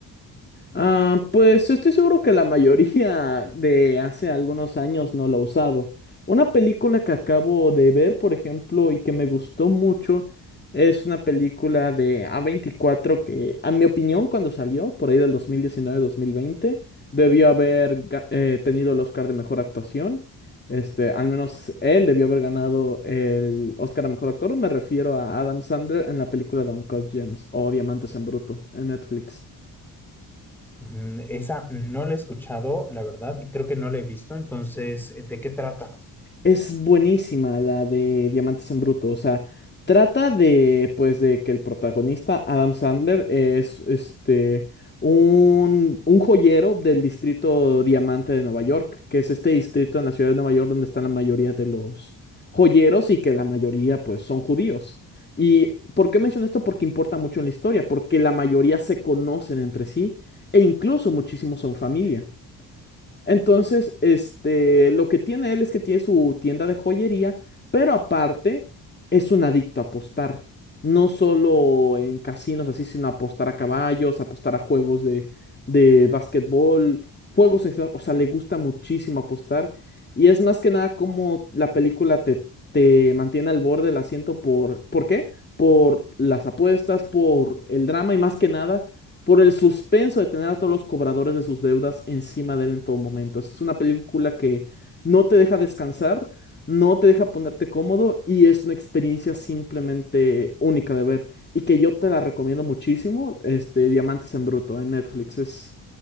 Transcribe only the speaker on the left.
Ah, pues estoy seguro que la mayoría de hace algunos años no lo ha usado. Una película que acabo de ver, por ejemplo, y que me gustó mucho, es una película de a veinticuatro que, a mi opinión, cuando salió, por ahí del dos dos mil diecinueve mil veinte, debió haber ga- eh, tenido el Oscar de Mejor Actuación. Este, al menos él debió haber ganado el Oscar a Mejor Actor. Me refiero a Adam Sandler en la película de Uncut Gems o Diamantes en Bruto en Netflix.
Es buenísima la de Diamantes en Bruto, o sea, trata de, pues, de que el protagonista, Adam Sandler, es, este, un, un joyero del distrito Diamante de Nueva York, que es este distrito en la ciudad de Nueva York donde están la mayoría de los joyeros y que la mayoría, pues, son judíos. ¿Y por qué menciono esto? Porque importa mucho en la historia, porque la mayoría se conocen entre sí e incluso muchísimos son familia. Entonces, este, lo que tiene él es que tiene su tienda de joyería, pero aparte es un adicto a apostar. No solo en casinos así, sino apostar a caballos, apostar a juegos de, de básquetbol, juegos, en general, o sea, le gusta muchísimo apostar. Y es más que nada como la película te, te mantiene al borde del asiento por, ¿por qué? Por las apuestas, por el drama y más que nada por el suspenso de tener a todos los cobradores de sus deudas encima de él en todo momento. Es una película que no te deja descansar, no te deja ponerte cómodo y es una experiencia simplemente única de ver y que yo te la recomiendo muchísimo, este Diamantes en Bruto en Netflix. Es